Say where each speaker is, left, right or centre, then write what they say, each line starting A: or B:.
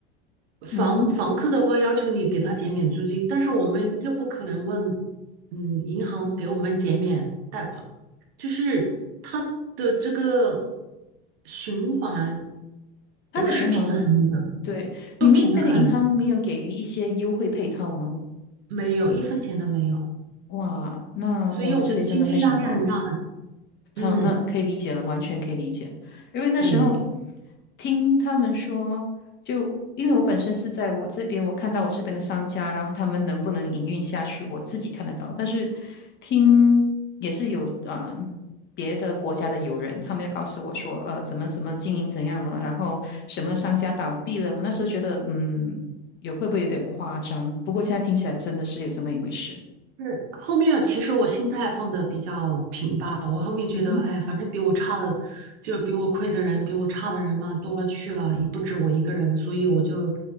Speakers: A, on the right; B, on the left.
A: 房房客的话要求你给他减免租金，
B: 嗯哼，
A: 但是我们又不可能问，嗯，银行给我们减免，就是它的这个循环
B: 它的循环，
A: 不是平衡的，
B: 对，
A: 不平衡，
B: 你们那边的银行没有给予一些优惠配套吗？
A: 没有一分钱都没有，
B: 哇，那我们这里真的非常好了。
A: 所以我们经济压力很大的，
B: 超，
A: 嗯。
B: 那可以理解了，完全可以理解。因为那时候
A: 对，
B: 听他们说，就因为我本身是在我这边，我看到我这边的商家，然后他们能不能营运下去，我自己看得到。但是听也是有啊、呃别的国家的友人，他们又告诉我说，呃，怎么怎么经营怎样了，然后什么商家倒闭了。我那时候觉得，嗯，有会不会有点夸张？不过现在听起来真的是有这么一回事。
A: 是后面其实我心态放的比较平吧，我后面觉得，
B: 嗯哼，
A: 哎，反正比我差的，就是比我亏的人，比我差的人嘛，多了去了，也不止我一个人，所以我就，